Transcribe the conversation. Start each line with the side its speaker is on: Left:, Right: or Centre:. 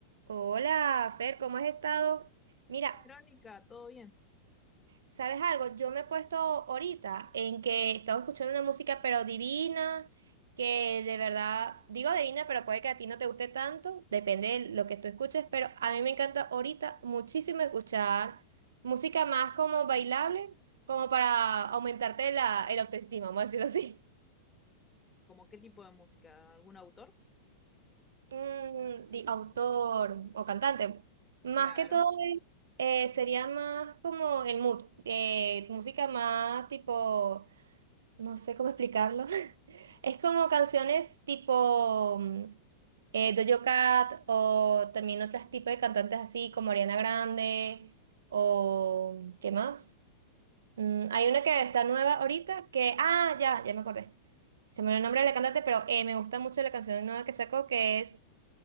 Right: Hola, Fer, ¿cómo has estado? Mira,
Left: Verónica, ¿todo bien?
Right: ¿sabes algo? Yo me he puesto ahorita en que estaba escuchando una música pero divina, que de verdad, digo divina, pero puede que a ti no te guste tanto, depende de lo que tú escuches, pero a mí me encanta ahorita muchísimo escuchar música más como bailable, como para aumentarte la, el autoestima, vamos a decirlo así.
Left: ¿Cómo qué tipo de música? ¿Algún autor?
Right: Mm, di- autor o cantante. Más
Left: Claro,
Right: que todo es- eh, sería más como el mood, eh, música más tipo, no sé cómo explicarlo. <laughs> Es como canciones tipo mm, eh, Doja Cat o también otros tipos de cantantes así como Ariana Grande o ¿qué más? Mm, hay una que está nueva ahorita que, ah, ya, ya me acordé. Se me olvidó el nombre de la cantante, pero eh, me gusta mucho la canción nueva que sacó que es